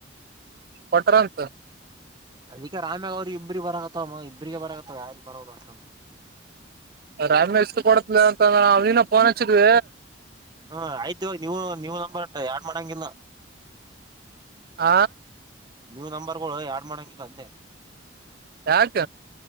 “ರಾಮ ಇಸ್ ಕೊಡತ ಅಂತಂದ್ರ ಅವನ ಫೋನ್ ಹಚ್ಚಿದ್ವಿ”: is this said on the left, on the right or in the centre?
Right